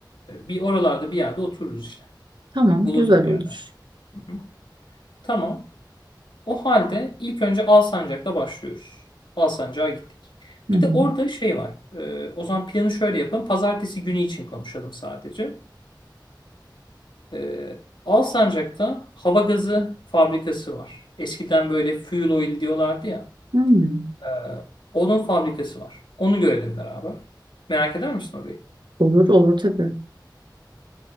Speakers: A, on the left (about 80°); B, on the right (about 70°).
A: bir oralarda bir yerde otururuz işte.
B: Tamam,
A: Bir buluruz
B: güzel
A: bir
B: olur.
A: yerler. Hı hı. Tamam. O halde ilk önce Alsancak'la başlıyoruz. Alsancak'a gittik.
B: Hı
A: Bir
B: hı.
A: de orada şey var. E, o zaman planı şöyle yapalım. Pazartesi günü için konuşalım sadece. Ee, Alsancak'ta hava gazı fabrikası var. Eskiden böyle fuel oil diyorlardı ya.
B: Hmm.
A: Ee, onun fabrikası var. Onu görelim beraber. Merak eder misin orayı?
B: Olur olur tabii.